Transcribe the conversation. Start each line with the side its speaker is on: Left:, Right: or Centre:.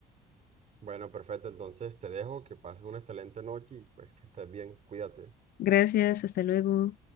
Right: Bueno, perfecto, entonces te dejo, que pases una excelente noche y pues que estés bien, cuídate.
Left: Gracias, hasta luego.